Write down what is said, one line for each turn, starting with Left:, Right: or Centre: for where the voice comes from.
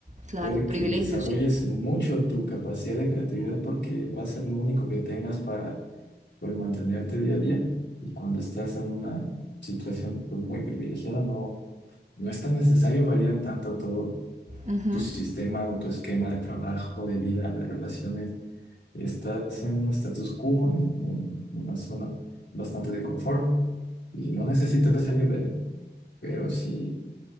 Right: claro,
Left: puede
Right: privilegio,
Left: que desarrolles
Right: sí.
Left: mucho tu capacidad de creatividad porque va a ser lo único que tengas para pues, mantenerte día a día. Y cuando estás en una situación pues, muy privilegiada, no, no es tan necesario variar tanto todo
Right: Ujú.
Left: tu sistema o tu esquema de trabajo, de vida, de relaciones Estás en un status quo, en, en una zona bastante de confort y no necesitas salir de ahí. Pero si